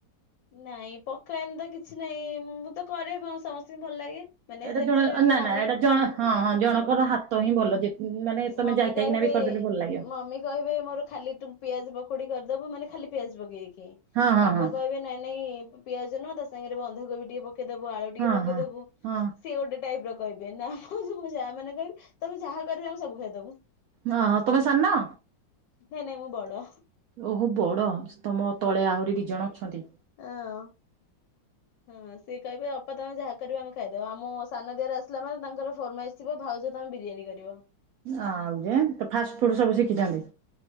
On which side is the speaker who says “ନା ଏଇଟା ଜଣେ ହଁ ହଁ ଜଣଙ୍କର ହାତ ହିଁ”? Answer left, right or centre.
Right